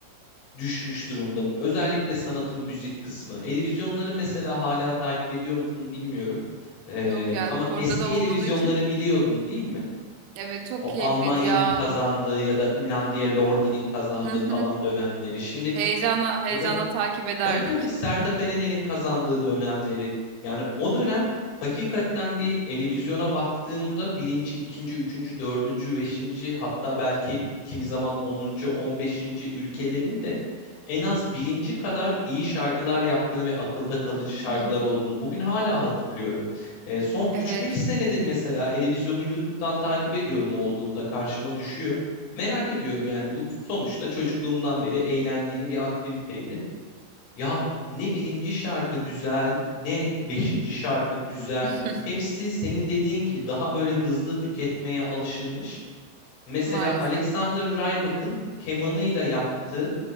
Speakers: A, on the left; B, on the right.
A: düşmüş durumda. Özellikle sanatın müzik kısmı. Eurovisionları mesela hala takip ediyor musun bilmiyorum. Ee,
B: Yok yani
A: ama
B: burada
A: eski
B: da olmadığı
A: Eurovisionları
B: için.
A: biliyordun değil mi?
B: Evet çok
A: O
B: keyifliydi
A: Almanya'nın
B: ya.
A: kazandığı ya da Finlandiya Lordi'nin kazandığı
B: Hı hı.
A: falan dönemleri. Şimdi
B: Heyecanla heyecanla
A: ya da
B: takip ederdik.
A: Tabii tabii Sertab Erener'in kazandığı dönemleri. Yani o dönem hakikaten bir televizyona baktığımda birinci, ikinci, üçüncü, dördüncü, beşinci hatta belki kimi zaman onuncu, on beşinci ülkelerin de en az birinci kadar iyi şarkılar yaptığını ve akılda kalıcı şarkılar
B: Evet.
A: olduğunu bugün hala hatırlıyorum. E, son
B: Evet.
A: üç beş senedir mesela televizyonu YouTube'dan takip ediyorum olduğunda karşıma düşüyor. Merak ediyorum yani bu sonuçta çocukluğumdan beri eğlendiğim bir aktiviteydi. Ya ne birinci şarkı güzel, ne beşinci şarkı güzel.
B: <laughs>
A: Hepsi senin dediğin gibi daha böyle hızlı tüketmeye alışılmış. Mesela
B: Maalesef.
A: Alexander Rybak'ın kemanıyla yaptığı